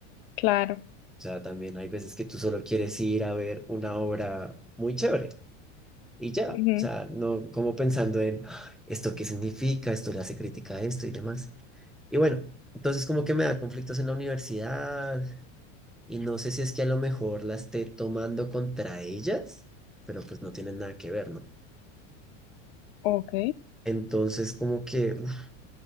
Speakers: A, on the left; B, in the centre.
A: Claro.
B: O sea, también hay veces que tú solo quieres ir a ver una obra muy chévere y ya.
A: ujú,
B: O sea, no como pensando en "Ah, esto qué significa, esto le hace crítica a esto y demás. Y bueno, entonces como que me da conflictos en la universidad y no sé si es que a lo mejor la esté tomando contra ellas, pero pues no tienen nada que ver, ¿no?
A: Ok.
B: Entonces como que, <sniffs> uf,